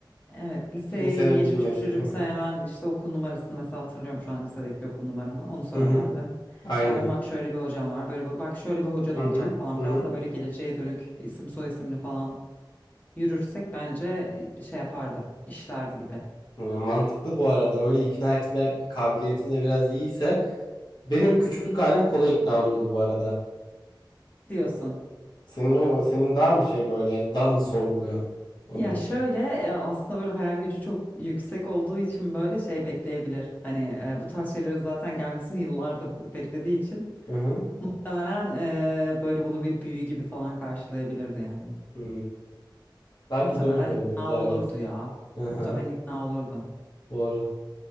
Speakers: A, on the left; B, on the left.
A: Evet, liseye
B: Kimsenin
A: yeni geçmiş
B: bilmediği.
A: bir çocuksa
B: <laughs> Hı hı.
A: hemen işte okul numarasını mesela hatırlıyorum şu an lisedeki okul numaramı. Onu söylerdim.
B: Hı hı. Aynen.
A: Derdim bak şöyle bir hocam var, böyle bir- bak şöyle bir hocan olacak
B: Hı hı.
A: falan.
B: Hı
A: Biraz
B: hı.
A: da böyle geleceğe dönük isim soy isimli falan yürürsek bence e, bir şey yapardı, işlerdi gibi
B: Hı, Mantıklı bu arada. Öyle ikna etme kabiliyetinde de biraz iyiyse benim küçüklük halim kolay ikna olurdu bu arada.
A: diyorsun.
B: Senin o senin daha mı şey böyle daha mı sorgulayan olurdu?
A: Ya şöyle e, aslında böyle hayal gücü çok yüksek olduğu için böyle şey bekleyebilir. Hani e, bu tarz şeylerin zaten gelmesini yıllardır beklediği için
B: Hı hı.
A: muhtemelen e, böyle bunu bir büyü gibi falan karşılayabilirdi yani.
B: Hı. Belki
A: Muhtemelen
B: de öyle olurdu
A: ikna
B: evet.
A: olurdu ya.
B: Hı hı,
A: Muhtemelen ikna olurdu.
B: doğru.